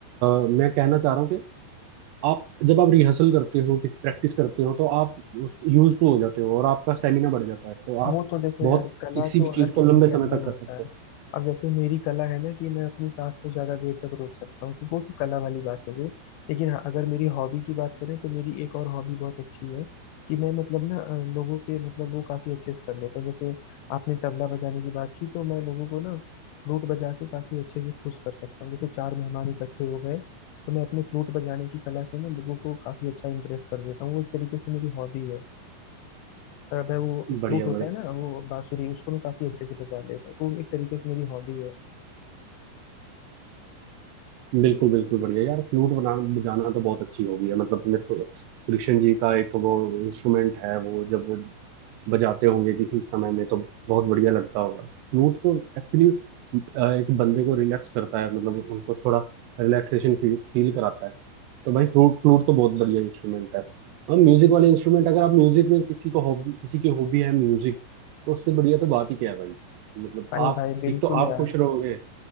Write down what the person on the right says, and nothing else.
आ, मैं कहना चाह रहा हूँ आप जब आप रिहर्सल करते हो कुछ प्रैक्टिस करते हो तो आप उस यूज टू हो जाते हो और आपका स्टेमिना बढ़ जाता है तो
आप
बहुत
किसी
भी चीज
को
लंबे
समय
तक
कर सकते
हैं बढ़िया
बढ़िया
बिल्कुल बिल्कुल बढ़िया यार फ्लूट बनाना बजाना तो बहुत अच्छी हॉबी है मतलब मेरे को कृष्ण जी का एक वो इंस्ट्रूमेंट है वो जब वो बजाते होंगे किसी समय में तो बहुत बढ़िया लगता होगा फ्लूट तो एक्चुअली एक बंदे को रिलैक्स करता है मतलब उनको थोड़ा रिलैक्सेशन फील फील कराता है तो भाई फ्लूट फ्लूट तो बहुत बढ़िया इंस्ट्रूमेंट है और म्यूजिक वाले इंस्ट्रूमेंट अगर आप म्यूजिक में किसी को हॉबी किसी की हॉबी है म्यूजिक तो उससे बढ़िया तो बात ही क्या है भाई मतलब
आप
एक तो आप
खुश रहोगे